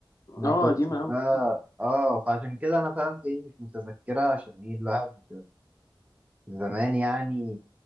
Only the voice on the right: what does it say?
ما كنتش
بقى اه فعشان كده انا فهمت ايه مش متذكرة عشان ايه الواحد زمان يعني